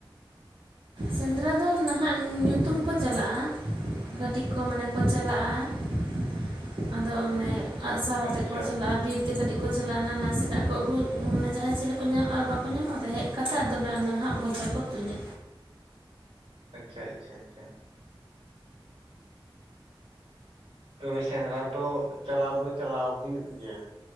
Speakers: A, on the right; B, on the right.
A: ᱥᱮᱸᱫᱽᱨᱟ ᱫᱚ ᱱᱟᱦᱟᱜ ᱧᱩᱛᱩᱢ ᱠᱚ ᱪᱟᱞᱟᱜ ᱟ ᱜᱟᱹᱴᱤᱡ ᱠᱚ ᱢᱟᱱᱮ ᱠᱚ ᱪᱟᱞᱟᱜᱼᱟ ᱟᱫᱚ ᱢᱟᱱᱮ ᱟᱜᱼᱥᱟᱨ ᱟᱛᱮᱫ
B: ᱟᱪᱪᱷᱟ
A: ᱠᱚ ᱪᱟᱞᱟᱜᱼᱟ ᱵᱤᱨ ᱛᱮ ᱠᱟᱹᱴᱤᱡ ᱠᱚ ᱪᱟᱞᱟᱣ ᱱᱟ ᱱᱟᱥᱮᱱᱟᱜ ᱠᱚ ᱟᱹᱜᱩ ᱢᱟᱱᱮ ᱡᱟᱦᱟᱸᱭ ᱪᱮᱞᱮ ᱠᱚ ᱧᱟᱢ ᱟᱨ ᱵᱟᱠᱚ ᱧᱟᱢ ᱟᱫᱚ ᱦᱮᱡ ᱠᱟᱛᱮ ᱟᱫᱚ ᱚᱱᱟ ᱱᱟᱦᱟᱜ ᱵᱚᱡᱷᱟ ᱠᱚ ᱛᱩᱧᱟ
B: ᱟᱪᱪᱷᱟ ᱟᱪᱪᱷᱟ ᱟᱪᱪᱷᱟ ᱛᱚᱵᱮ ᱥᱮᱸᱫᱽᱨᱟ ᱫᱚ ᱪᱟᱞᱟᱣ ᱫᱚ ᱪᱟᱞᱟᱣ ᱦᱩᱭᱩᱜ ᱜᱮᱭᱟ,